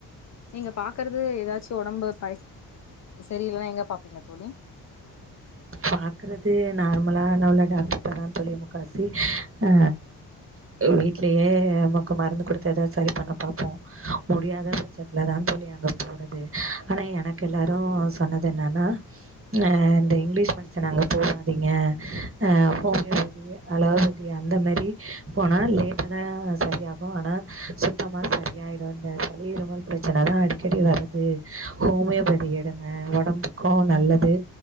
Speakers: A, on the left; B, on the right.
A: நீங்க பாக்குறது ஏதாச்சு ஒடம்பு ப சரியில்லனா எங்க பாப்பீங்க தோழி
B: பாக்கறது நார்மலான உள்ள டாக்டர்டதா தோழி முக்காவாசி ஆ வீ ட்லயே நமக்கு மருந்து குடுத்து ஏதாது சரி பண்ண பாப்போ முடியாத பட்சத்துலதா தோழி அங்க போறது ஆனா எனக்கு எல்லாரு சொன்னது என்னான்னா ஆ இந்த இங்கிலீஷ் மெடிசன் அங்க போகாதீங்க ஆ ஹோமியோபதி அலோபதி அந்த மேரி போனா லேட்டாதா சரியாகு ஆனா சுத் தமா சரியாயிடு இந்த சளி இருமல் பிரச்சனதா அடிக்கடி வரது ஹோமியோபதி எடுங் க ஒடம்புக்கு நல்லது